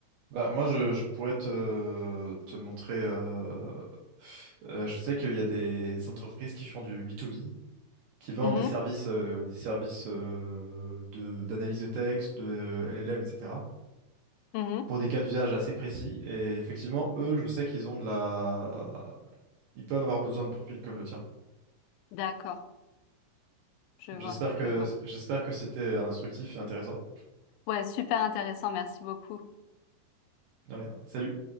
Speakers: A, on the right; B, on the left.
A: Bah, moi, je, je pourrais te, te montrer. euh, euh, je sais qu'il y a des entreprises qui font du B2B, qui vendent
B: Mhm,
A: des services, euh, des services euh, de, d'analyse de texte, de LLM, etc.
B: mhm.
A: pour des cas d'usage assez précis. Et effectivement, eux, je sais qu'ils ont de la... Ils peuvent avoir besoin de profils comme le tien.
B: D'accord, je vois,
A: J'espère que
B: je vois.
A: j'espère que c'était instructif et intéressant.
B: Ouais, super intéressant, merci beaucoup.
A: De rien. Salut.